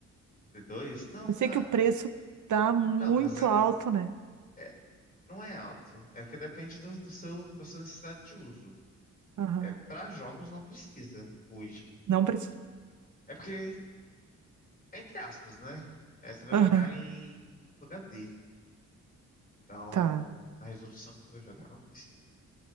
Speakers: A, on the left; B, on the right.
A: de dois Não,
B: Eu sei
A: ah,
B: que o preço tá muito
A: não, mas é,
B: alto, né?
A: é- não é alto, é porque depende do, do seu, da sua necessidade de uso.
B: Aham.
A: É, para jogos não precisa hoje.
B: Não precisa.
A: É porque, entre aspas, né? É, você vai
B: Aham,
A: jogar em Full HD. Então,
B: tá,
A: na resolução que você vai jogar, não precisa.